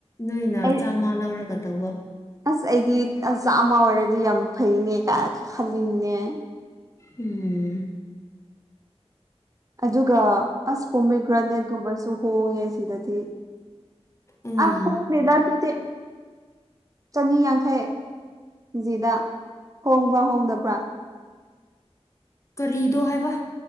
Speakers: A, on the left; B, on the right.
A: ꯅꯣꯏꯅ
B: ꯑꯩ
A: ꯆꯥꯝꯃ ꯂꯧꯔꯒ ꯇꯧꯕ
B: ꯑꯁ ꯑꯩꯗꯤ ꯑꯆꯥꯥ ꯑꯃ ꯑꯣꯏꯔꯗꯤ ꯌꯥꯝ ꯐꯩꯅꯦ ꯈꯜꯂꯤꯅꯦ
A: ꯎꯝ
B: ꯑꯗꯨꯒ ꯑꯁꯄꯣꯃꯤꯒ꯭ꯔꯅꯦꯠ ꯀꯨꯝꯕꯁꯨ ꯍꯣꯡꯉꯦ ꯁꯤꯗꯗꯤ
A: ꯎꯝ
B: ꯑ ꯍꯣꯡ ꯗꯦꯗꯥ ꯇꯨ ꯆꯅꯤ ꯌꯥꯡꯈꯩ ꯀꯦꯖꯤꯗ ꯍꯣꯡꯕ꯭ꯔꯥ ꯍꯣꯡꯗꯕ꯭ꯔꯥ
A: ꯀꯔꯤꯗꯣ ꯍꯥꯏꯕ